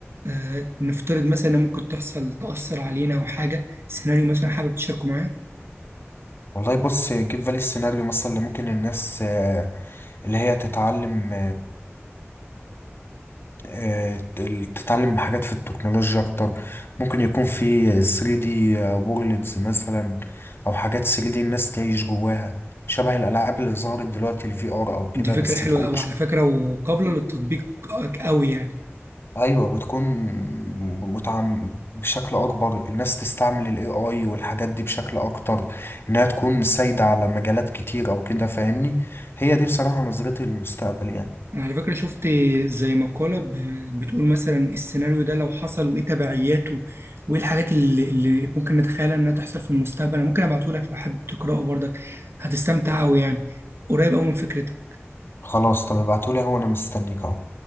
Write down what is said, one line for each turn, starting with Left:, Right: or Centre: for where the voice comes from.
Right: آه نفترض مثلا إن ممكن تحصل تأثر علينا او حاجة سيناريو مثلا حابب تشاركه معايا
Left: والله بص جيب بالي السيناريو مثلا اللي ممكن الناس آه، اللي هي تتعلم آه، ال- تتعلم حاجات في التكنولوجيا اكتر ممكن يكون في 3D وورلدز مثلا او حاجات 3D الناس تعيش جواها شبه الالعاب اللي ظهرت دلوقتي الفي ار او كده
Right: دي فكرة
Left: بس
Right: حلوة
Left: تكون
Right: أوي
Left: بش...
Right: على فكرة وقابلة للتطبيق أوي يعني
Left: ايوه وتكون متعم بشكل اكبر الناس تستعمل الاي اي والحاجات دي بشكل اكتر انها تكون سايدة على مجالات كتير او كده فاهمني هي دي بصراحة نظرتي للمستقبل يعني
Right: أنا على فكرة شفت زي مقالة ب- بتقول مثلا السيناريو ده لو حصل وإيه تبعياته وإيه الحاجات اللي, اللي ممكن نتخيلها إنها تحصل في المستقبل أنا ممكن أبعتهولك لو حابب تقرأه برضك هتستمتع أوي يعني قريب أوي من فكرتك
Left: خلاص طب ابعتولي هو انا مستنيك اهو